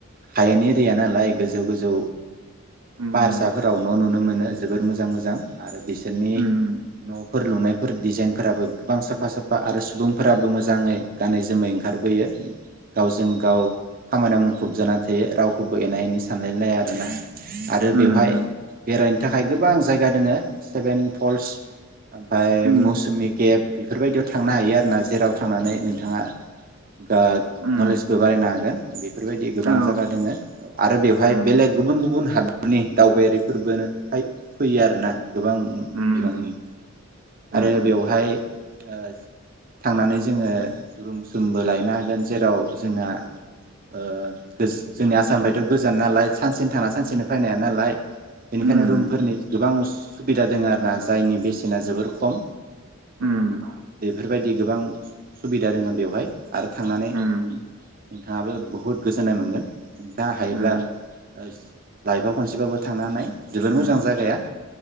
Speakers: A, on the right; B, on the right.
A: हायेन एरिया नालाय गोजौ गोजौ
B: उम
A: फाहारसाफोराव न' नुनो मोनो जोबोर मोजां मोजां आरो बिसोरनि
B: उम
A: न' फोर लुनायफोर डिजाइनफोराबो गोबां साफा साफा आरो सुबुंफोराबो मोजाङै गानै जोमै ओंखारबोयो गावजों गाव खामानियाव मुखुब जाना थायो रावखौबो एना एनि सानलायलाया आरोना आरो
B: उम
A: बेवहाय बेरायनो थाखाय गोबां जायगा दोङो सेभेन फल्स ओमफ्राय
B: उम
A: मौसुमि गेब बेफोरबायदियाव थांनो हायो आरोना जेराव थांनानै नोंथाङा गोग
B: उम
A: नलेजबो बारायनो हागोन बेफोरबायदि गोबां
B: औ
A: जागा दोङो आरो बेवहाय
B: उम
A: बेलेग गुबुन गुबुन हादरनि दावबायारिफोरबोनो हाय फैयो आरोना। गोबां उम
B: उम
A: बिबांनि।
B: उम
A: आरो
B: उम
A: बेवहाय ओ थांनानै जोङो रुम सुमबो लायनो हागोन जेराव जोंना ओ <unintelligible> जोंनि आसामफायथ' गोजान नालाय सानसेनो थांना सानसेनो फायनो नालाय बेनिखायनो
B: उम
A: रुमफोरनि गोबां उस सुबिदा दोङ आरोना जायनि बे ना जोबोर खम।
B: उम
A: बेफोरबायदि गोबां सुबिदा दोङ बेवहाय। आरो थांनानै
B: उम
A: नोंथाङाबो बुहुत गोजोननाय मोनगोन। नोंथाङा हायोब्ला
B: उम
A: ओ लाइफआव खनसेबाबो थांना नाय जोबोर
B: उम
A: मोजां जागाया।